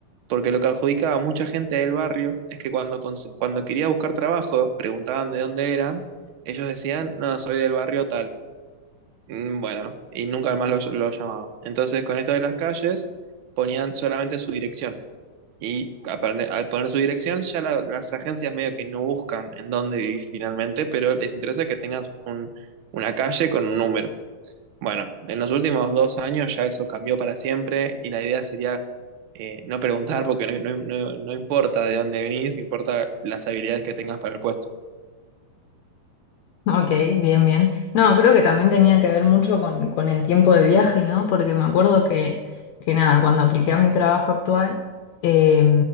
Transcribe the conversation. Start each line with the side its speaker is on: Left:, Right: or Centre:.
Right: Porque lo que adjudicaba a mucha gente del barrio es que cuando, cons- cuando quería buscar trabajo, preguntaban de dónde eran, ellos decían, no, soy del barrio tal. Mm, Bueno, y nunca más lo, lo llamaban. Entonces, con esto de las calles, ponían solamente su dirección. Y a pone- al poner su dirección, ya la- las agencias medio que no buscan en dónde vivís finalmente, pero les interesa que tengas un- una calle con un número. Bueno, en los últimos dos años ya eso cambió para siempre y la idea sería eh, no preguntar porque no, no- no- no importa de dónde venís, importa las habilidades que tengas para el puesto.
Left: Ok, bien, bien. No, creo que también tenía que ver mucho con, con el tiempo de viaje, ¿no? Porque me acuerdo que, que nada, cuando apliqué a mi trabajo actual, eh,